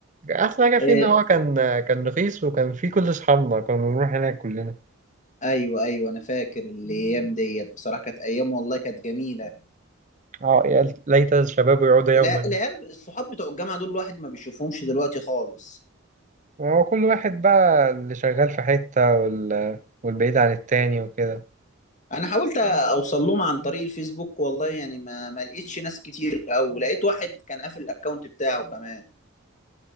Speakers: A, on the right (about 35°); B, on the left (about 35°).
A: احسن حاجة فيه
B: إيه.
A: ان هو كان آه، كان رخيص وكان فيه كل اصحابنا كنا بنروح هناك كلنا
B: ايوه ايوه انا فاكر الايام ديت بصراحه كانت ايام والله كانت جميله
A: اه يا ليت الشباب يعود يوما
B: لا العيال الصحاب بتوع الجامعه دول الواحد ما بيشوفهمش دلوقتي خالص
A: وكل واحد بقى اللي شغال في حتة وال... والبعيد عن التاني وكده
B: انا حاولت اوصل لهم عن طريق الفيسبوك والله يعني ما ما لقيتش ناس كتير او لقيت واحد كان قافل الاكونت بتاعه كمان